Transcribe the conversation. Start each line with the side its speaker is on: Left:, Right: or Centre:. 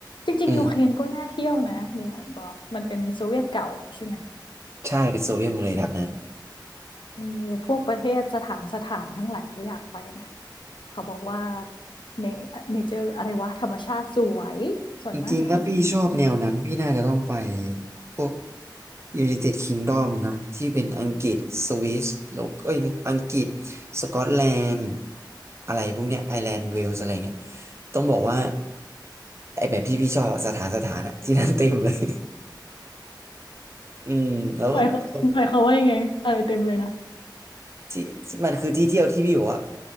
Left: จริงๆยูเครนก็น่าเที่ยวนะมีออนบอกมันเป็นโซเวียตเก่าใช่ไหม
Right: อืมใช่เป็นโซเวียตหมดเลยแถบนั้น
Left: เออพวกประเทศสถานสถานทั้งหลายก็อยากไปนะเขาบอกว่าเนเนเจอร์อะไรวะธรรมชาติสวยสวยมาก
Right: จริงๆถ้าพี่ชอบแนวนั้นพี่น่าจะต้องไปพวก United Kingdom นะที่เป็นอังกฤษสวิสแล้วก็เอ้ยอังกฤษสกอตแลนด์อะไรพวกเนี้ยไอร์แลนด์เวลส์อะไรเงี้ยต้องบอกว่าไอแบบที่พี่ชอบอะสถานสถานอะที่นั่นเต็มเลย <laughs> อืมแล้วก็
Left: หมายเขาหมายเขามว่ายังไงอะไรเต็มเลยนะ
Right: ที่ที่มันคือที่เที่ยวที่พี่บอกว่า